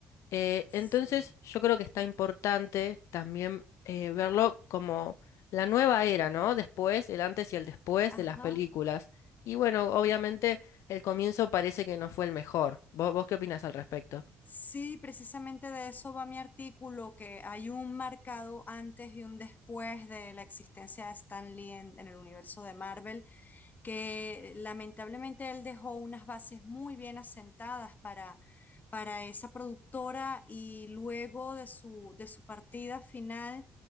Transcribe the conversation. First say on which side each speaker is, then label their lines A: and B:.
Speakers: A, on the left; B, on the left.
A: Eh,
B: sí.
A: entonces, yo creo que está importante también eh, verlo como la nueva era, ¿no? Después, el antes y el después de
B: Ajá.
A: las películas. Y bueno, obviamente el comienzo parece que no fue el mejor. ¿Vos, vos qué opinas al respecto?
B: Sí, precisamente de eso va mi artículo, que hay un marcado antes y un después de la existencia de Stan Lee en, en el universo de Marvel, que lamentablemente él dejó unas bases muy bien asentadas para, para esa productora y luego de su, de su partida final,